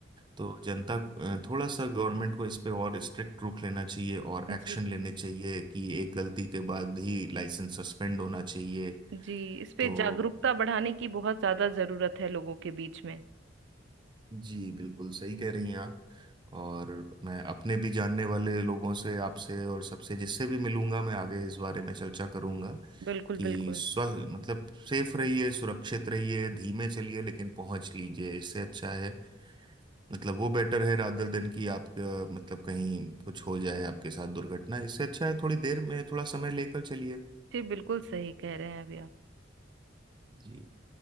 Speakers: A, on the right (about 25°); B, on the right (about 65°).
A: तो जनता अ, थोड़ा सा गवर्नमेंट को इस पे और स्ट्रिक्ट रुख लेना चाहिए और एक्शन
B: जी
A: लेने चाहिए कि एक गलती के बाद ही लाइसेंस सस्पेंड होना चाहिए
B: जी इस पे
A: तो
B: जागरूकता बढ़ाने की बहुत ज्यादा जरूरत है लोगों के बीच में
A: जी बिल्कुल सही कह रही हैं आप और मैं अपने भी जानने वाले लोगों से आपसे और सबसे जिससे भी मिलूंगा मैं आगे इस बारे में चर्चा करूंगा
B: बिल्कुल
A: कि
B: बिल्कुल
A: स्व मतलब सेफ रहिए सुरक्षित रहिए धीमे चलिए लेकिन पहुंच लीजिए इससे अच्छा है मतलब वो बेटर है रात दर दिन की आपका मतलब कहीं कुछ हो जाए आपके साथ दुर्घटना इससे अच्छा है थोड़ी देर में थोड़ा समय लेकर चलिए
B: जी बिल्कुल सही कह रहे हैं अभी आप
A: जी